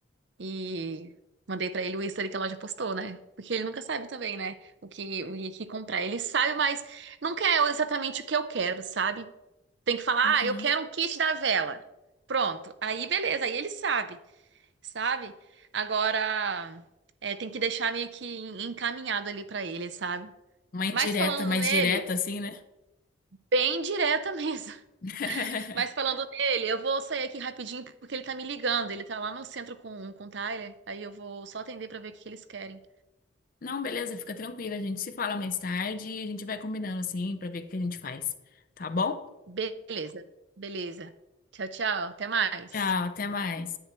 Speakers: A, on the right; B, on the left.
A: E mandei pra ele o history que a loja postou, né? Porque ele nunca sabe também, né? O que, o que comprar. Ele sabe, mas não quer exatamente o que eu quero, sabe? Tem que falar,
B: Uhum.
A: ah, eu quero um kit da vela. Pronto. Aí, beleza. Aí ele sabe. sabe? Agora, é, tem que deixar meio que en- encaminhado ali pra ele, sabe?
B: Uma indireta
A: Mas falando
B: mais
A: nele,
B: direta, assim, né?
A: bem direta mesmo. <laughs>
B: <laughs>
A: Mas falando nele, eu vou sair aqui rapidinho porque ele tá me ligando. Ele tá lá no centro com, com o Tyler. Aí eu vou só atender pra ver o que que eles querem.
B: Não, beleza, fica tranquila. A gente se fala mais tarde e a gente vai combinando assim pra ver o que a gente faz. Tá bom?
A: Beleza, beleza. Tchau, tchau. Até mais.
B: Tchau, até mais.